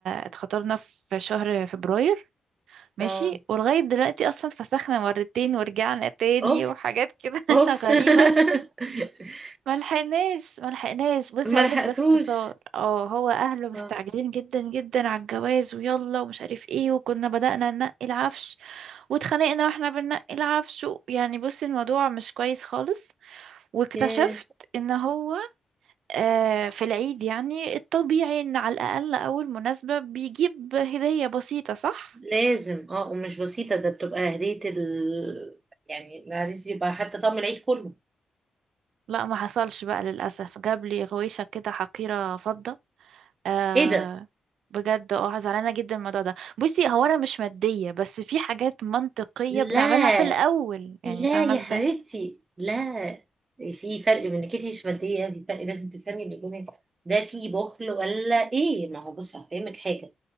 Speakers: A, on the right; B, on the right.
A: اتخطبنا في شهر فبراير ماشي
B: اه
A: ولغاية دلوقتي اصلا فسخنا مرتين ورجعنا تاني
B: اوف
A: وحاجات كده
B: اوف
A: <laughs> غريبة
B: <laughs>
A: ملحقناش ملحقناش بصي
B: ما
A: هقولك
B: لحقتوش
A: باختصار اه هو اهله مستعجلين
B: اه
A: جدا جدا على الجواز ويلا ومش عارف ايه وكنا بدأنا ننقي العفش واتخانقنا واحنا بننقي العفش و- يعني بصي الموضوع مش كويس خالص واكتشفت
B: ياه.
A: ان هو آه، في العيد يعني الطبيعي ان على الاقل اول مناسبة بيجيب هدية بسيطة صح
B: لازم اه ومش بسيطه ده بتبقى هديه ال يعني العريس يبقى حتى طقم العيد كله
A: لا ما حصلش بقى للاسف جاب لي غويشة كده حقيرة فضة آه
B: ايه ده
A: بجد اه زعلانة جدا من الموضوع ده بصي هو انا مش مادية بس في حاجات منطقية بنعملها
B: لا
A: في الاول يعني
B: لا
A: فاهمة
B: يا
A: ازاي
B: حبيبتي لا في فرق بين انك انت مش ماديه في فرق لازم تفهمي اللي جواك ده في بخل ولا ايه ما هو بص هفهمك حاجه